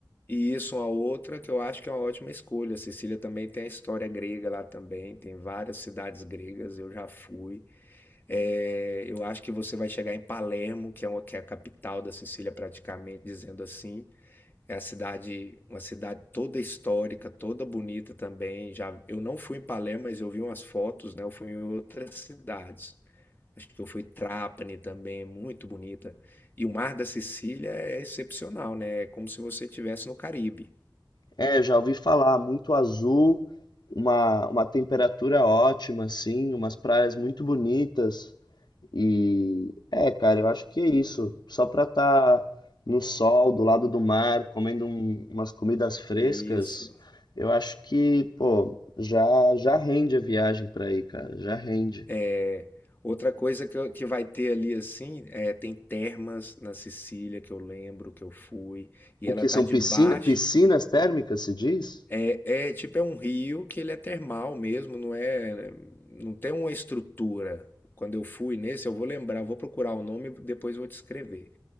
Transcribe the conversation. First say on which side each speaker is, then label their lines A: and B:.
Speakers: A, on the left; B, on the left.
A: E isso é uma outra que eu acho que é uma ótima escolha. Sicília também tem a história grega lá também, tem várias cidades gregas, eu já fui. É, eu acho que você vai chegar em Palermo, que é, uma, que é a capital da Sicília praticamente, dizendo assim. É a cidade, uma cidade toda histórica, toda bonita também. Já eu não fui em Palermo, mas eu vi umas fotos, né? Eu fui em outras cidades. Acho que eu fui em Trapani também, muito bonita. E o mar da Sicília é excepcional, né? É como se você estivesse no Caribe.
B: É, já ouvi falar, muito azul, uma, uma temperatura ótima, assim, umas praias muito bonitas. E é, cara, eu acho que é isso. Só pra estar no sol, do lado do mar, comendo um- umas comidas frescas,
A: Isso.
B: eu acho que, pô, já já rende a viagem pra aí, cara, já rende.
A: É. Outra coisa que, eu- que vai ter ali assim, é, tem termas na Sicília que eu lembro que eu fui, e
B: O
A: ela
B: que
A: tá
B: são
A: debaixo
B: piscina, piscinas térmicas, se diz?
A: É é tipo, é um rio que ele é termal mesmo, não é, não tem uma estrutura. Quando eu fui nesse, eu vou lembrar, eu vou procurar o nome e depois eu vou te escrever.